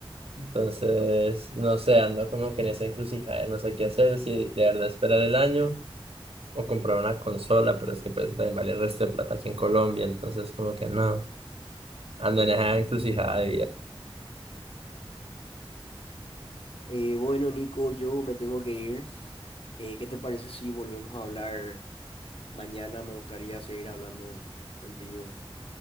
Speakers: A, on the right; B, on the left.
A: Entonces, no sé, ando como que en esa encrucijada, no sé qué hacer, si de verdad esperar el año o comprar una consola, pero es que pues también vale el resto de plata aquí en Colombia, entonces como que no, ando en esa encrucijada
B: Eh, bueno, Nico, yo me tengo que ir. Eh, ¿qué te parece si volvemos a hablar mañana? Me gustaría seguir hablando contigo.